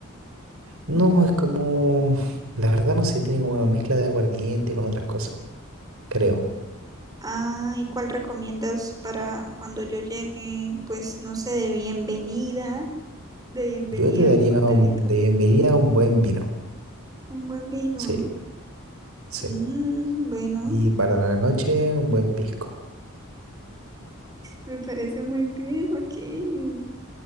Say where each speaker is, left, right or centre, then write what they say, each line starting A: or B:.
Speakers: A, on the right; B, on the right.
A: No, es como, la verdad no sé, tiene como una mezcla de aguardiente con otras cosas, creo.
B: Ah, ¿y cuál recomiendas para cuando yo llegue? Pues no sé, de bienvenida, de bienvenida
A: Yo te daría
B: a un coctelito.
A: un, de- me un buen vino,
B: Un buen vino.
A: sí, sí.
B: Mm, bueno,
A: Y para la noche, un buen pisco.
B: me parece muy bien, Joaquín.